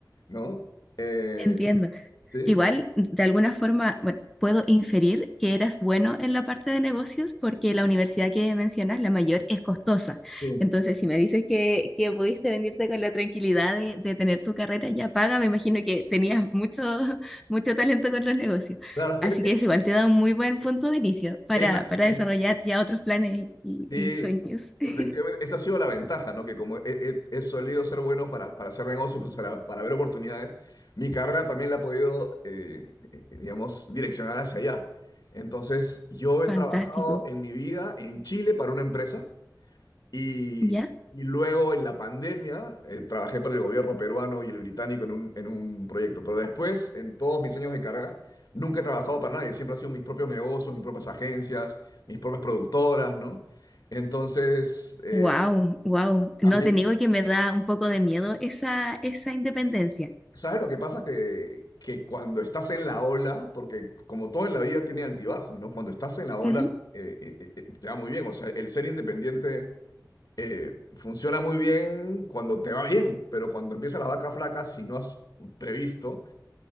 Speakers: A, on the left (about 60°); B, in the centre.
A: ¿no? Eh,
B: Entiendo.
A: sí.
B: Igual, de alguna forma, bueno, puedo inferir que eras bueno en la parte de negocios porque la universidad que mencionas, la mayor, es costosa.
A: Sí.
B: Entonces, si me dices que, que pudiste venirte con la tranquilidad de, de tener tu carrera ya paga, me imagino que tenías mucho, <laughs> mucho talento con los negocios.
A: Claro, es que
B: Así que eso igual te da un muy buen punto de inicio para,
A: e, esa,
B: para
A: eh,
B: desarrollar ya otros planes y,
A: sí,
B: y sueños. <laughs>
A: efectivamente, esa ha sido la ventaja, ¿no? Que como he, he- he solido ser bueno para, para hacer negocios, pues, para, para ver oportunidades, mi carrera también la ha podido, eh, eh, digamos, direccionar hacia allá. Entonces, yo he
B: Fantástico.
A: trabajado en mi vida en Chile para una empresa. Y,
B: ¿Ya?
A: y luego en la pandemia eh, trabajé para el gobierno peruano y el británico en un, en un proyecto. Pero después, en todos mis años de carrera, nunca he trabajado para nadie. Siempre han sido mis propios negocios, mis propias agencias, mis propias productoras, ¿no? Entonces, eh,
B: Wow, wow.
A: también,
B: No te niego que me da un poco de miedo esa, esa independencia.
A: ¿sabes lo que pasa? Que, que cuando estás en la ola, porque como todo en la vida tiene altibajos, ¿no? Cuando estás en la ola,
B: Ujú.
A: eh, eh, eh, eh, te va muy bien. O sea, el ser independiente eh, funciona muy bien cuando te va bien, pero cuando empiezan las vacas flacas, si no has previsto,